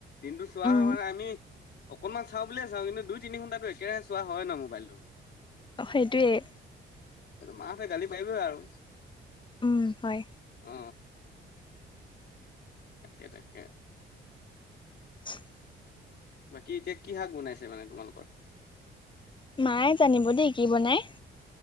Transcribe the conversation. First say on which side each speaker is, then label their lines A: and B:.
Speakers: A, on the left (about 55°); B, on the left (about 25°).
A: দিনটো চোৱা
B: উম
A: হয় মানে আমি অকণমান চাওঁ বুলিয়ে চাওঁ কিন্তু দুই তিনি ঘণ্টাটো একেৰাহে চোৱা হয় ন মোবাইলটো।
B: সেইটোৱেই
A: মাহতে গালি পাৰিবই আৰু
B: উম হয়।
A: অ তাকেই তাকে
B: <inaudible>
A: বাকী এতিয়া কি শাক বনাইছে মানে তোমালোকৰ
B: মায়ে জানিব দেই কি বনাই।